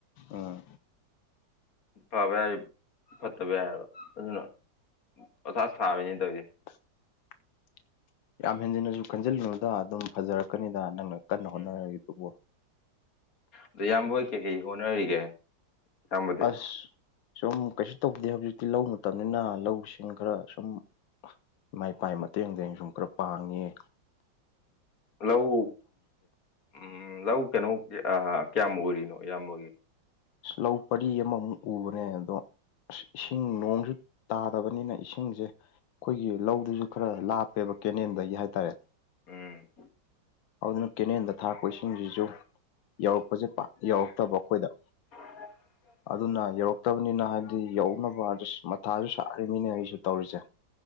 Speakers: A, on the left; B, on the left.
A: ꯑꯥ
B: ꯐꯕ ꯌꯥꯏ ꯐꯠꯇꯕ ꯌꯥꯏꯑꯕ ꯑꯗꯨꯅ ꯃꯊꯥ ꯁꯥꯕꯤꯅꯦ ꯇꯧꯔꯤꯁꯦ
A: <unintelligible> ꯌꯥꯝ ꯍꯦꯟꯖꯤꯟꯅꯁꯨ ꯈꯟꯖꯤꯜꯂꯨꯨꯅꯨꯗ ꯑꯗꯨꯝ ꯐꯖꯔꯛꯀꯅꯤꯗ ꯅꯪꯅ ꯀꯟꯅ ꯍꯣꯠꯅꯔꯤꯗꯨꯕꯨ
B: ꯎꯝ ꯑꯗꯣ ꯏꯌꯥꯝꯕ ꯍꯣꯏ ꯀꯩꯀꯩ ꯍꯣꯠꯅꯔꯤꯒꯦ ꯏꯌꯥꯝꯕꯗꯤ
A: ꯑꯁ ꯁꯨꯝ ꯀꯩꯁꯨ ꯇꯧꯗꯦ ꯍꯧꯖꯤꯛꯇꯤ ꯂꯧ ꯃꯇꯝꯅꯤꯅ ꯂꯧꯁꯤꯡ ꯈꯔ ꯁꯨꯝ ꯏꯃꯥ ꯏꯄꯥ ꯒꯤ ꯃꯇꯦꯡꯗꯤ ꯑꯩꯅꯥ ꯁꯨꯝ ꯈꯔ ꯄꯥꯡꯉꯤ ꯌꯦ
B: ꯂꯧ ꯎꯝ ꯂꯧ ꯀꯩꯅꯣ ꯑꯥ ꯀꯌꯥꯝ ꯎꯔꯤꯅꯣ ꯏꯌꯥꯝꯕ ꯍꯣꯏꯒꯤ
A: ꯑꯁ ꯂꯧ ꯄꯔꯤ ꯑꯃ ꯃꯨꯛ ꯎꯕꯅꯦ ꯑꯥ ꯑꯗꯨꯣ ꯑꯁ ꯏꯁꯤꯡ ꯅꯣꯡꯁꯨ ꯇꯥꯗꯕꯅꯤꯅ ꯏꯁꯤꯡꯁꯦ ꯑꯩꯈꯣꯏꯒꯤ ꯂꯧꯗꯨꯁꯨ ꯈꯔ ꯂꯥꯞꯄꯦꯕ ꯑꯥ ꯀꯦꯅꯦꯟꯗꯒꯤ ꯍꯥꯏꯇꯥꯔꯦ
B: ꯎꯝ
A: ꯑꯗꯨꯅ ꯀꯦꯅꯦꯜꯗ ꯊꯥꯔꯛꯄ ꯏꯁꯤꯡꯁꯤꯁꯨ ꯌꯥꯎꯔꯛꯄꯁꯦ ꯄꯥꯛ ꯌꯥꯎꯔꯛꯇꯕ ꯑꯩꯈꯣꯏꯗ
B: <inaudible>
A: ꯑꯗꯨꯅ ꯌꯧꯔꯛꯇꯕꯅꯤꯅ ꯍꯥꯏꯕꯗꯤ ꯌꯧꯅꯕ ꯑꯁ ꯃꯊꯥꯁꯨ ꯁꯥꯔꯤꯕꯅꯤꯅꯦ ꯑꯩꯁꯨ ꯇꯧꯔꯤꯁꯦ